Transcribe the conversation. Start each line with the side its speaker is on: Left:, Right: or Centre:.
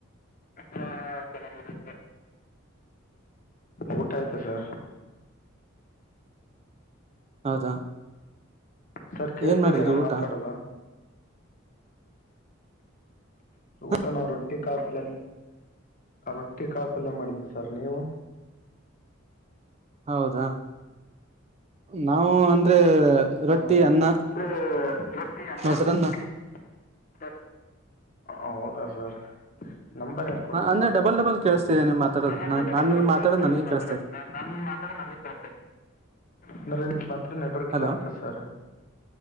Left: ಹ ಚೆನ್ನಾಗಿರುತ್ತ. ಊಟ ಆಯ್ತಾ ಸರ್.
Right: ಹೌದಾ.
Left: ಸರ್ ಕೇಳ್ತಾ
Right: ಏನ್ ಮಾಡಿದ್ರಿ
Left: ಇದ್ದ ನಾ
Right: ಊಟ
Left: ಮಾತಾಡದ
Right: <inaudible>
Left: ಊಟ ನಾವು ರೊಟ್ಟಿ ಕಾಪಲ್ ರೊಟ್ಟಿ ಕಾಪಲ್ಯ ಮಾಡಿದ್ದವಿ ಸರ್ ನೀವು.
Right: <inaudible> ಹೌದಾ ನಾವು ಅಂದ್ರೆ ರೊಟ್ಟಿ
Left: ಹಾ ಸರಿ
Right: ಅನ್ನ
Left: <unintelligible>
Right: ಮೊಸರನ್ನ
Left: ಹೌದಾ ಸರ್. ನಂಬರ್ ಎಲ್ಲಿ ಕೊಟರು
Right: ಅ- ಅಂದ್ರೆ
Left: ಸರ್
Right: ಡಬಲ್ ಡಬಲ್ ಕೇಳಿಸ್ತಿದೆ ನೀವು ಮಾತಾಡೋದು
Left: ಅನ್ನೇ
Right: ನಾನ್
Left: ಡಬಲ್
Right: ನಾನ್
Left: ಡಬಲ್ ಕ್ತೇವಿ
Right: ಮಾತಾಡೋದು ನನಗೆ
Left: ಮಾತ
Right: ಕೇಳಿಸ್ತಾ ಇದೆ
Left: ನ ಮಾತಾ. <unintelligible> ನಮ ತರ್
Right: <inaudible>
Left: ಅಂದ್ರೆ ನಿಮತ್ರ ನೆಟ್ವರ್ಕ್
Right: ಹಲೋ
Left: ಇಲ್ಲ ಅಂತ ಸರ್